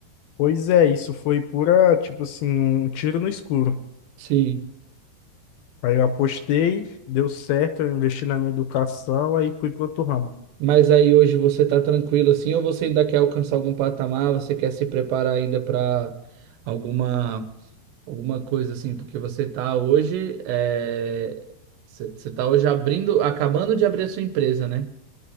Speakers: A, on the left; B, on the right.
A: Pois é, isso foi pura, tipo assim, um tiro no escuro.
B: Sim.
A: Aí eu apostei, deu certo, eu investi na minha educação, aí fui pro outro ramo.
B: Mas aí hoje você tá tranquilo assim, ou você ainda quer alcançar algum patamar? Você quer se preparar ainda para alguma alguma coisa assim? Porque você tá hoje, é... você você tá hoje abrindo, acabando de abrir a sua empresa, né?